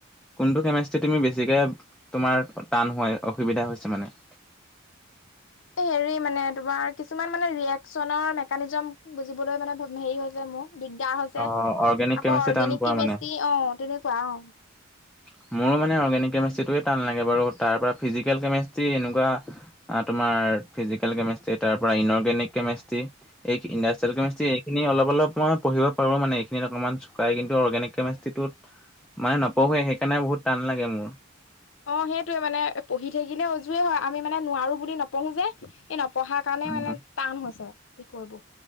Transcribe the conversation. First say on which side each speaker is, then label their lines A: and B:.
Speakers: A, in the centre; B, on the left.
A: কোনটো কেমেষ্ট্ৰিত তুমি বেছিকে তোমাৰ টান হয় অসুবিধা হৈছে মানে? <inaudible>
B: হেৰি মানে তোমাৰ কিছুমান মানে ৰিয়েকশ্যনৰ মেকানিজম বুজিবলৈ মানে হেৰি হৈ যায় মোৰ। দিগদাৰ হৈছে
A: অ', অৰ্গেনিক
B: আকৌ
A: কেমিষ্ট্ৰি
B: অৰ্গেনিক
A: টান পোৱা
B: কেমেষ্ট্ৰি
A: মানে?
B: অহ তেনেকুৱা অহ।
A: <unintelligible> মোৰো মানে অৰ্গেনিক কেমেষ্ট্ৰিটোৱে টান লাগে বাৰু তাৰপৰা ফিজিকেল কেমেষ্ট্ৰি এনেকুৱা তোমাৰ ফিজিকেল কেমেষ্ট্ৰী তাৰপৰা ইনৰ্গেনিক কেমেষ্ট্ৰী, ইণ্ডষ্টেল কেমেষ্ট্ৰী এইখিনি অলপ অলপ মই পঢ়িব পাৰোঁ মান এইখিনিত অকণমান চুকাই, কিন্তু অৰ্গেনিক কেমেষ্ট্ৰিটোত মানে নপ নপঢ়োৱে সেইকাৰণে বহুত টান লাগে মোৰ।
B: অহ, সেইটোৱে মানে পঢ়ি থাকিলে উজুৱে হয়, আমি মানে নোৱাৰো বুলি নপঢ়ো যে, এই নপ নপঢ়াৰ কাৰণে
A: উম,
B: মানে টান হৈছে বিষয়বোৰ।